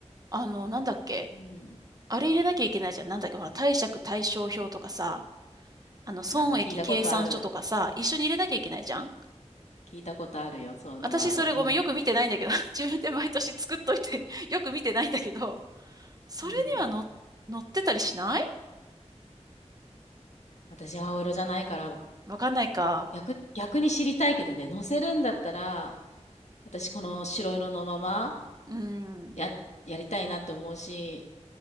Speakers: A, on the right; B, on the left.
A: あの、なんだっけ
B: うん、
A: あれ入れなきゃいけないじゃん。なんだっけほら、貸借対照表とかさ。あの、損益計算書とかさ、
B: なんか聞いたことある
A: 一緒に入れなきゃいけないじゃん
B: 聞いたことあるよそういうのワードうん
A: 私それごめん、よく見てないんだけど、<laughs> 自分で毎年作っといて <laughs> よく見てないんだけど、それにはの、
B: うん。
A: 載ってたりしない
B: 私、青色じゃないから、
A: わかんないか。
B: 逆に、逆に知りたいけどね、乗せるんだったら、私、この白色のまま
A: うん。
B: や、やりたいなと思うし、